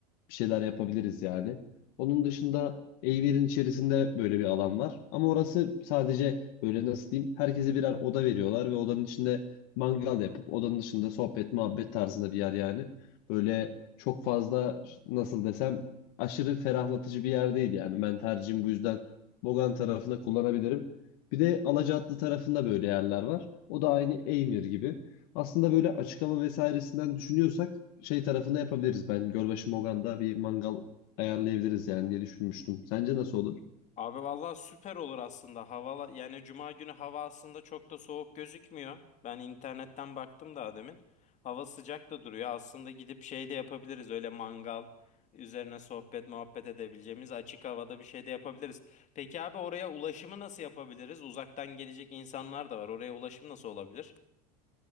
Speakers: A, on the left; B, on the left.
A: bir şeyler yapabiliriz yani. Onun dışında a içerisinde böyle bir alan var. Ama orası sadece böyle nasıl diyeyim herkese birer oda veriyorlar ve odanın içinde mangal yapıp odanın dışında sohbet muhabbet tarzında bir yer yani. Böyle çok fazla nasıl desem aşırı ferahlatıcı bir yer değil yani. Ben tercihim bu yüzden Bogan tarafını kullanabilirim. Bir de Alacaatlı tarafında böyle yerler var. O da aynı Eymir gibi. Aslında böyle açık hava vesairesinden düşünüyorsak şey tarafında yapabiliriz. Ben Gölbaşı Mogan'da bir mangal ayarlayabiliriz yani diye düşünmüştüm. Sence nasıl olur?
B: Abi vallahi süper olur aslında. Hava yani cuma günü hava aslında çok da soğuk gözükmüyor. Ben internetten baktım daha demin. Hava sıcak da duruyor. Aslında gidip şey de yapabiliriz. Öyle mangal üzerine sohbet muhabbet edebileceğimiz açık havada bir şey de yapabiliriz. Peki abi oraya ulaşımı nasıl yapabiliriz? Uzaktan gelecek insanlar da var. Oraya ulaşım nasıl olabilir?